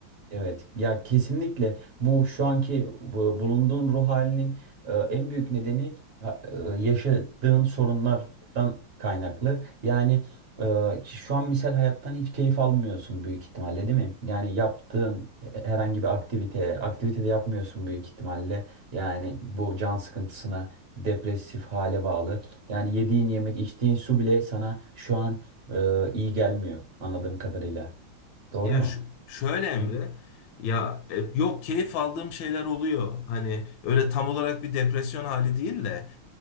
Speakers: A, on the right; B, on the left.
A: Evet ya kesinlikle bu şu anki bu bulunduğun ruh halinin e, en büyük nedeni ha- e, yaşadığın sorunlardan kaynaklı. Yani e, şu an misal hayattan hiç keyif almıyorsun büyük ihtimalle değil mi? Yani yaptığın herhangi bir aktivite, aktivite de yapmıyorsun büyük ihtimalle. Yani bu can sıkıntısına, depresif hale bağlı. Yani yediğin yemek, içtiğin su bile sana şu an e, iyi gelmiyor anladığım kadarıyla. Doğru
B: Ya
A: mu?
B: şu, şöyle Emre,
A: İyi
B: ya e, yok keyif aldığım şeyler oluyor. Hani öyle tam olarak bir depresyon hali değil de